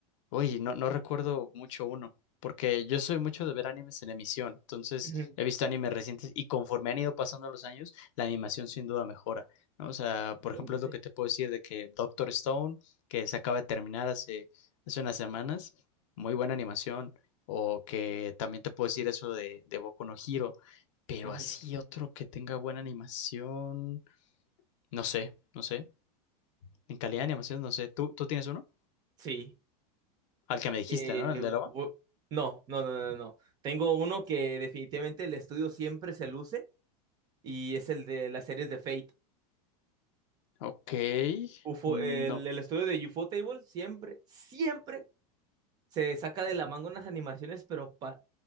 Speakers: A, on the left; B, on the right.
A: Oye, no, no recuerdo mucho uno, porque yo soy mucho de ver animes en emisión, entonces
B: Ujú,
A: he visto animes recientes y conforme han ido pasando los años, la animación sin duda mejora, ¿no? O sea,
B: Efectivamente.
A: por ejemplo, es lo que te puedo decir de que Doctor Stone, que se acaba de terminar hace, hace unas semanas, muy buena animación, o que también te puedo decir eso de, de Boku no Hero, pero
B: Ujú.
A: así otro que tenga buena animación. No sé, no sé. En calidad de animación, no sé. ¿Tú, tú tienes uno?
B: Sí.
A: Al que me dijiste,
B: Eh,
A: ¿no? El de lava.
B: bu- no, no, no, no, no. Tengo uno que definitivamente el estudio siempre se luce y es el de las series de Fate.
A: Ok.
B: UFO,
A: No.
B: el, el estudio de UFO Table siempre, siempre se saca de la manga unas animaciones, pero, pa-